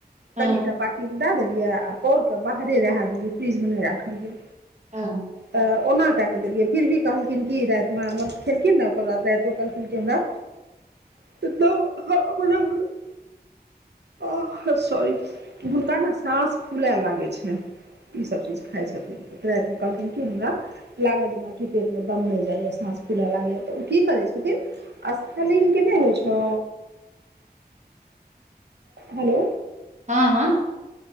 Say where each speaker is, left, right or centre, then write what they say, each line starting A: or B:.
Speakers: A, on the right; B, on the right.
A: हँ
B: कनिटा बाटी। दए देलियै आ पौर केऽ बाहरे रहा देलियै फ्रिजमे नहि राखलियै
A: हँ
B: त। ओना कए कऽ देलियै फिर भी कहलखिन कि रातिमे म खेलखिन ने ओकर बाद रातिमे कहलखिन कि हमरा। <unintelligible> आ हा सॉरी हुनका ने साँस फूलाए लागेन छै। ई सभ चीज खाइ छथिन तऽ रातिमे कहलखिन कि हमरा। लागत जेनाकि पेट मे दम नहि जाइया साँस फूले लागैया तऽ ओ की करै छथिन आ। स् केने होइ छै हेलो।
A: हँ हँ।